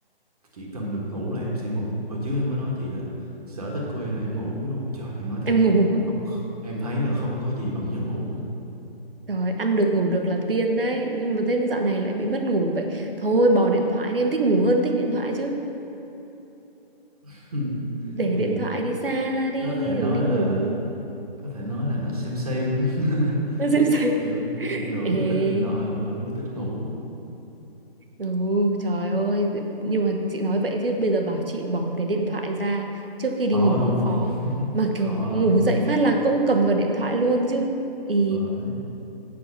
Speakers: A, on the right; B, on the right.
A: chỉ cần được ngủ là em sẽ ngủ hồi trước em có nói chị là sở thích của em là em ngủ á, đúng không trời em nói thiệt
B: em ngủ
A: không em thấy là không có gì bằng giấc ngủ hết
B: <laughs> rồi ăn được ngủ được là tiên đấy nhưng mà thế dạo này lại bị mất ngủ vậy thôi bỏ điện thoại đi em thích ngủ hơn thích điện thoại chứ
A: <laughs>
B: để
A: thì
B: điện thoại đi xa ra đi
A: có thể nói
B: rồi đi ngủ
A: là có thể nói là nó xem xem <laughs>
B: <laughs> Xem xem.
A: kiểu một nửa
B: Ê
A: là thích điện thoại một nửa là thích ngủ
B: Ừ, trời ơi, nhưng mà chị nói vậy chứ bây giờ bảo chị bỏ cái điện thoại ra trước khi đi
A: khó
B: ngủ
A: đúng
B: cũng
A: không
B: khó. Mà
A: khó
B: kiểu
A: lắm
B: ngủ dậy phát là cũng cầm vào điện thoại luôn chứ. Ý,
A: thì bởi